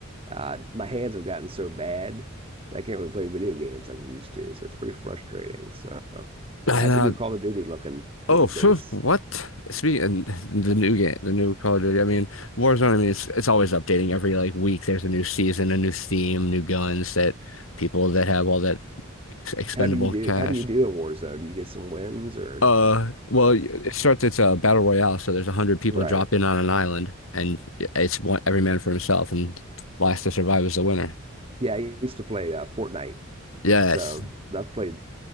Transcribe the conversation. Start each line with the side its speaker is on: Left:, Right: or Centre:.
Right: Uh, my hands have gotten so bad that I can't really play video games like I used to, so it's pretty frustrating. So,
Left: And,
Right: how's
Left: uh,
Right: the new Call of Duty looking these
Left: oh, phew,
Right: days?
Left: what? Speaking the new game, the new Call of Duty. I mean, Warzone. I mean, it's it's always updating every like week. There's a new season, a new theme, new guns that people that have all that expendable
Right: How do you do?
Left: cash
Right: How do you do in Warzone? Do you get some wins or?
Left: Uh, well, it starts. It's a battle royale, so there's a hundred people
Right: Right.
Left: drop in on an island, and it's one every man for himself, and last to survive is the winner.
Right: Yeah, I used to play uh, Fortnite,
Left: Yes,
Right: so I've played